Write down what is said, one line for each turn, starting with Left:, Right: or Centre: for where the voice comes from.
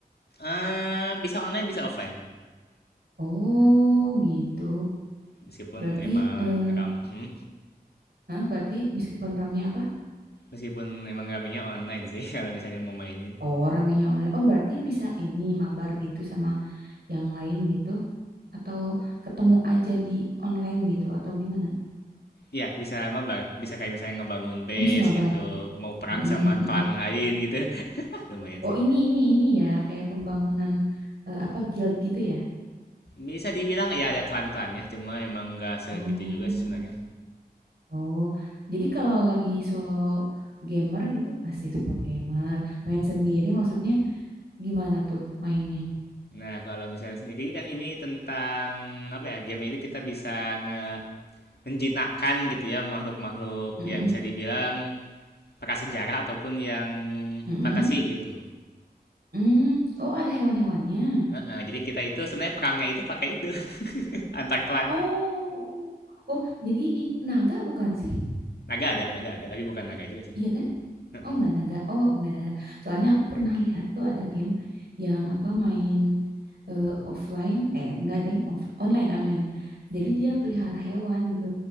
Left: Eh bisa online bisa offline.
Right: Oh, gitu.
Left: Meskipun
Right: Berarti,
Left: emang
Right: eh,
Left: ram, hmm,
Right: nah berarti meskipun ramenya apa?
Left: meskipun emang ramenya online sih <laughs> kalau misalnya mau mainin.
Right: Oh, ramenya online. Oh, berarti bisa ini mabar gitu sama yang lain gitu, atau ketemu aja di online gitu, atau gimana?
Left: Iya, bisa mabar. Bisa kayak misalnya ngebangun base
Right: Oh, bisa mabar.
Left: gitu, mau perang
Right: Mm-mm,
Left: sama
Right: mm-mm.
Left: klan lain gitu. <laughs> Lumayan
Right: Oh
Left: sih.
Right: ini ini ini ya kayak pembangunan eh, apa guild gitu ya?
Left: Bisa dibilang ya ada klan-klannya, cuma emang nggak segitu
Right: Oh
Left: juga sih sebenarnya.
Right: oh jadi kalau lagi solo gamer gitu asik solo gamer main sendiri maksudnya gimana tuh mainnya?
Left: Nah, kalau misalnya sendiri kan ini tentang apa ya? Game itu kita bisa nge menjinakkan gitu ya makhluk-makhluk
Right: Mm-mm,
Left: yang bisa dibilang prasejarah ataupun yang
Right: mm-mm,
Left: fantasi gitu.
Right: mm. Oh ada hewan-hewannya.
Left: Uh -uh, jadi kita itu sebenarnya perangnya itu pakai itu <laughs> antar klan.
Right: Oh oh jadi i- naga bukan sih?
Left: Naga ada, naga ada, tapi bukan naga juga sih.
Right: Iya kan?
Left: Uh
Right: Oh
Left: -uh.
Right: nggak naga, oh nggak naga. Soalnya aku pernah lihat tuh ada game yang apa main eh, offline, eh nggak deng, off- online online.
Left: Mm.
Right: Jadi dia pelihara hewan gitu.